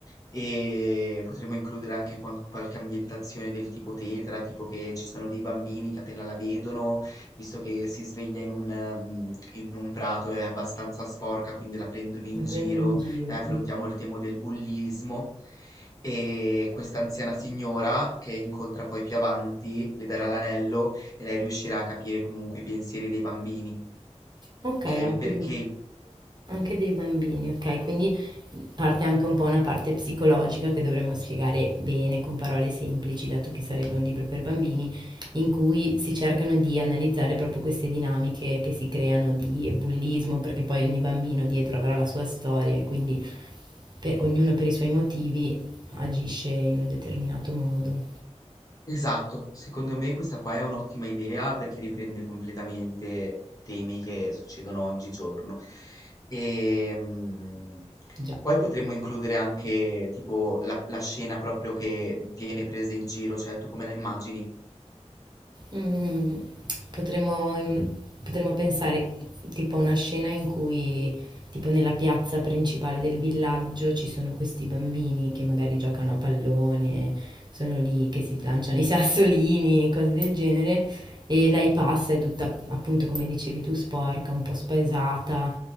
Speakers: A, on the left; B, on the right.
A: e potremo includere anche quan- qualche ambientazione del tipo tetra, tipo che ci sono dei bambini che appena la vedono, visto che si sveglia in un, ehm, in un prato è abbastanza sporca, quindi la prendono in
B: Lo prendono
A: giro
B: in giro.
A: e affrontiamo
B: mm.
A: il tema del bullismo. E questa anziana signora che incontra poi più avanti le darà l'anello e lei riuscirà a capire comunque i pensieri dei bambini,
B: Ok,
A: cioè
B: anche
A: il perché.
B: del Anche dei bambini, okay, quindi parte anche un po' una parte psicologica che dovremmo spiegare bene con parole semplici, dato che sarebbe un libro per bambini, in cui si cercano di analizzare proprio queste dinamiche che si creano di bullismo, perché poi ogni bambino dietro avrà la sua storia e quindi per- ognuno per i suoi motivi agisce in un determinato modo.
A: Esatto, secondo me questa qua è un'ottima idea perché riprende completamente temi che succedono oggigiorno. E mm,
B: Già.
A: poi potremmo includere anche tipo la, la scena proprio che viene presa in giro, cioè tu come la immagini?
B: Mm, potremmo, mm, potremmo pensare tipo a una scena in cui, tipo nella piazza principale del villaggio, ci sono questi bambini che magari giocano a pallone, sono lì che si lanciano i <laughs> sassolini, cose del genere, e lei passa, è tutta appunto come dicevi tu, sporca, un po' spaesata,